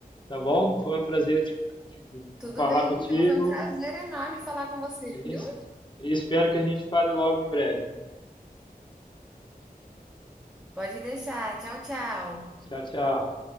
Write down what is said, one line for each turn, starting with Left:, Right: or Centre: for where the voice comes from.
Left: tá bom? Foi um prazer te, te-
Centre: Tudo
Left: falar
Centre: bem,
Left: contigo.
Centre: então foi um prazer enorme falar com você,
Left: Isso.
Centre: viu?
Left: E espero que a gente fale logo em breve.
Centre: Pode deixar. Tchau, tchau.
Left: Tchau, tchau.